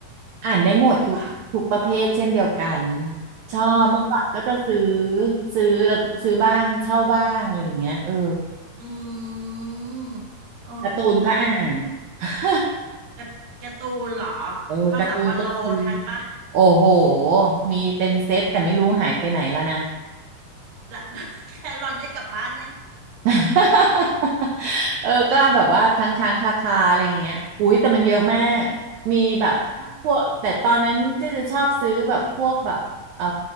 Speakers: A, on the right; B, on the right.
A: อ่านได้หมดทุกทุกประเภทเช่นเดียวกัน
B: อะ
A: ชอบเมื่อก่อนก็จะซื้อ
B: อ๋อ
A: ซื้อแล้วซื้อบ้างเช่าบ้างอะไรอย่างเงี้ยเออ
B: อืมเออเออ
A: การ์ตูนก็อ่าน <laughs>
B: การ์การ์ตูนเหรอ
A: เออการ์ตูนก็ซื้อ
B: คำศัพท์ฟาโลทันปะ
A: โอ้โหมีเป็นเซตแต่ไม่รู้หายไปไหนแล้วนะ
B: และ <laughs> แครอนได้กลับบ้านยัง
A: <laughs> เออก็แบบว่าค้างค้างคาคาๆอะไรอย่างเงี้ยอุ้ยแต่มันเยอะมากมีแบบพวกแต่ตอนนั้นเจ๊จะชอบซื้อแบบพวกแบบเอ่อ
B: มัน